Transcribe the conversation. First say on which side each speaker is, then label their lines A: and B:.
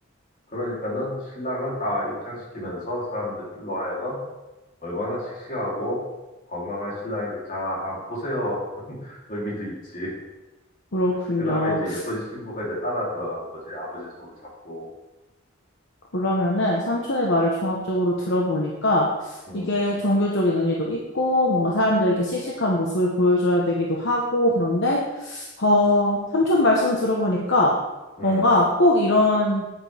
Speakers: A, on the left (about 40°); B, on the left (about 60°).
A: 그러니까는 신랑을 다 입장시키면서 사람들로 하여금 얼마나 씩씩하고 건강한 신랑인지 자, 한번 보세요. <laughs> 의미도 있지.
B: 그렇군요.
A: 그 다음에 이제 예쁜 신부가 이제 따라 들어가는 거지. 아버지 손을 잡고.
B: 그러면은 삼촌의 말을 종합적으로 들어보니까
A: 음,
B: 이게 종교적인 의미도 있고 뭔가 사람들에게 씩씩한 모습을 보여줘야 되기도 하고 그런데 어, 삼촌 말씀을 들어보니까
A: 음,
B: 뭔가 꼭 이런